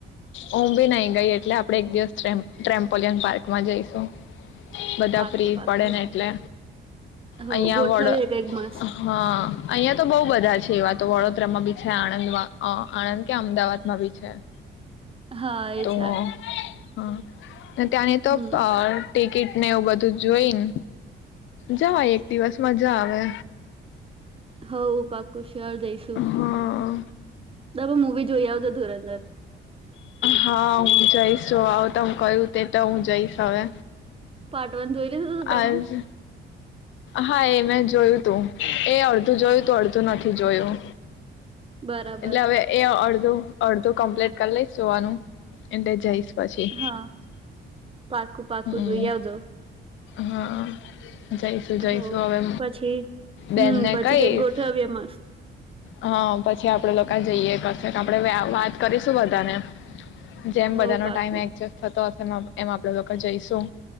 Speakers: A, on the left; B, on the right.
A: હું બી નઈ ગઈ એટલે આપડે એક દિવસ ટ્રેમ ટ્રેમપોલિયન પાર્ક માં જઈશું. બધા
B: પાકું
A: ફ્રી
B: પાકું
A: પડે ને એટલે
B: હો
A: અહીંયા
B: ગોઠવીએ
A: વડ
B: કઈક મસ્ત
A: હા અહિયાં તો બહ બધા છે એવા તો વડોદરામાં બી છે આણંદ અહ આણંદ કે અમદાવાદમાં બી છે.
B: હા એ
A: તો
B: છે.
A: હા. તેની તો
B: હમ
A: આપલ ટિકિટ ને એવું બધું જોઈને જવા એક દિવસ મજા આવે.
B: હઓ પાકુ શિયોર જઈશું.
A: હા
B: તમે મૂવી જોઈ આવજો ધુરંધર.
A: હા હું જઈશ જો આવ તમ કું તે તો હું જઈશ હવે.
B: પાર્ટ વન જોઈ લીધું
A: આજ.
B: તમે?
A: હા એ મેં જોયું તું એ અડધું જોયું ત અડધું નથી જોયું.
B: બરાબર
A: એટલે હવે એડધ અડધો કમ્પ્લીટ કરી લઈશ જોવાનું એટલે જઈશ. પછી
B: હા, પાકું પાકું
A: હમ
B: જોઈ આવજો.
A: હા. જઈશું
B: હવ
A: જઈશું હવે
B: પછી હમ
A: બેનને
B: પછી
A: કહીશ,
B: કઈક ગોઠવીએ મસ્ત
A: હા પછી જઈએ કશે આપણે વાત કરીશું બધાને. જેમ
B: હવ
A: બધાનો
B: પાકું
A: ટાઈમ એક્જસ્ટ થતો એ એમાં આપડે લોકો જઈશું.